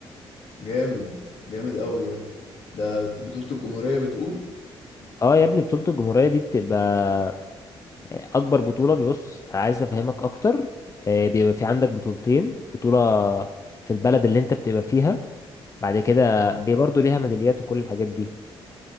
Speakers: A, on the left; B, on the left.
A: جامد جامد قوي ده ده بطولة الجمهورية بتقول
B: اه يا ابني بطولة الجمهورية دي بتبقى آه، أكبر بطولة بيبص عايز أفهمك أكتر آه، بيبقى في عندك بطولتين بطولة في البلد اللي أنت بتبقى فيها بعد كده
A: اه
B: بي- برضه ليها ميداليات وكل الحاجات دي